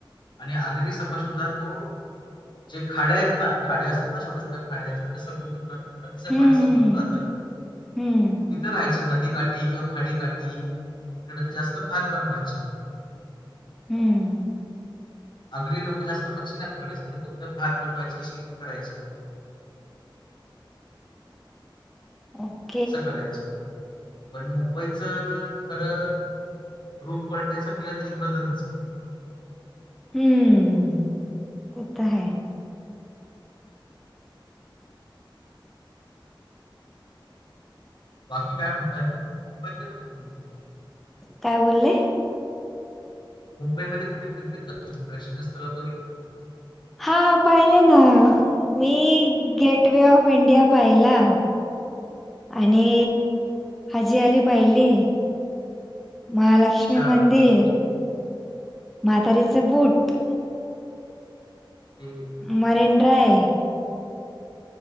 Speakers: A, on the left (about 60°); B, in the centre.
A: आणि आगरी समाज होता तो जे खाड्या आहेत ना खाड्या असत ना छोट्या छोट्या खाड्याच्याकडे सग नदीचं
B: हम्म
A: पाणी समोजलं जात
B: हम्म हम्म
A: तिथं राहायच नदीकाठी किंवा खाडी काठी िक जास्त भात बनवायचे
B: हम्म
A: अगरी लोक जास्त मच्छी नाही पकडायचे ते फक्त भात बनवायचे शेती करायचे
B: ह
A: असं करायच पण मुंबईच खरं रूप पलटायचं केलं तर इंग्रजांनीच केलं
B: हम्म ते तर हाय
A: बाकी काय म्हणतात मुंबईतच कुठे फिरले तुम्ही?
B: काय बोलले
A: मुंबईमध्येध्ये कुठेिरले प्रशना स्थळ बघितलं
B: हा पाहिले ना मी गेटवे ऑफ इंडिया पाहिला आणि हजी आली पाहिली महालक्ष्मी
A: अच्छा
B: लक्ष्मी मंदिर म्हातारीचं बूट
A: हम्म
B: मरीन ड्राईव्ह